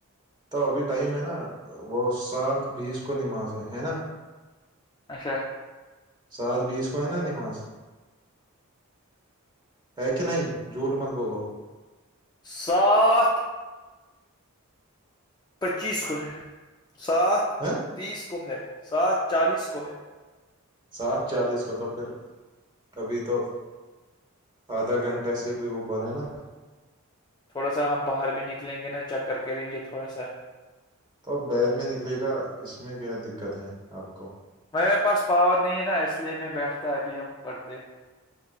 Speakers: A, on the right; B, on the left.
A: تو ابھی ٹائم ہے نا وہ سات بیس کو نمازے ہے نا
B: اچھا
A: سات بیس کو ہے نا نماز ہے کہ نہیں جوٹ مند بولو
B: سات پچیس کو ہے سات
A: ہے
B: تیس کو ہے سات چالیس کو ہے
A: سات چالیس کو تو پھر ابھی تو آدھا گھنٹہ سے بھی اوپر ہے نا
B: تھوڑا سا ہم باہر بھی نکلیں گے نا چکر کریں گے تھوڑا سا
A: تو اب بیید میں نکلے گا اس میں کیا دقت ہے آپ کو
B: میرے پاس پاور نہیں ہے نا اس لیے میں بیٹھتا ابھی ہم پڑھتے